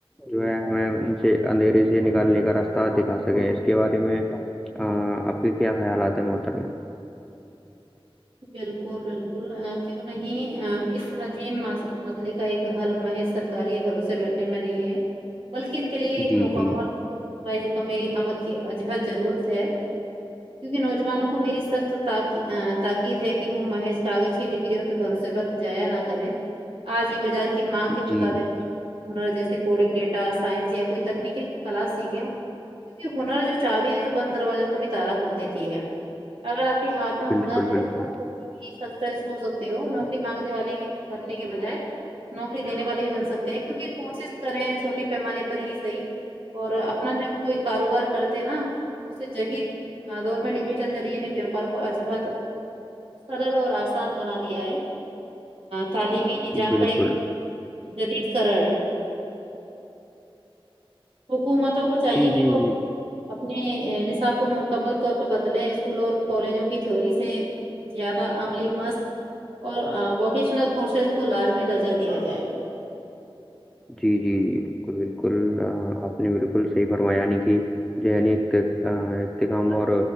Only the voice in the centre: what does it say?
جو ہے ہمیں ان سے اندھیرے سے نکالنے کا رستہ دکھا سکے اس کے بارے میں ا آپ کے کیا خیالات ہیں محترما
جی
جی
جی
بالکل
بالکل
بالکل
جی جی
جی
جی جی جی بالکل بالکل آپ نے بالکل صحیح فرمایا نہیں کہ جنی ایک ایک ہم اور